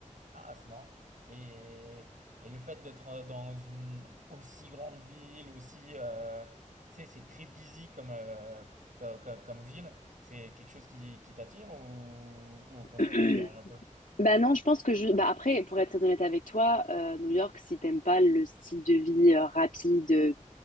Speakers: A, on the right (about 75°); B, on the left (about 80°).
A: Ah, c'est marrant. Et, et le fait d'être euh, dans une aussi grande ville, aussi, euh, tu sais, c'est très busy comme, euh, co- co- comme, ville, c'est quelque chose qui, qui t'attire ou, ou au contraire
B: <laughs>
A: qui te dérange un peu?
B: Bah non, je pense que je. Bah après, pour être très honnête avec toi, euh, New York, si t'aimes pas le style de vie euh, rapide, euh,